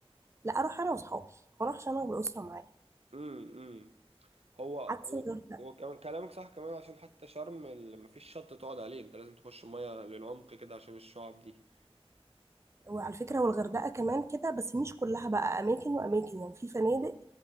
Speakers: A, on the right; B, on the right.
A: لا اروح انا واصحابي ما اروحش انا والاسره معايا
B: امم امم هو هو
A: عكس الغردقه
B: هو كمان كلامك صح كمان عشان حتى شرم ما فيش شط تقعد عليه انت لازم تخش ميه للعمق كده عشان الشعب دي
A: وعلى فكره والغردقه كمان كده بس مش كلها بقى اماكن واماكن يعني في فنادق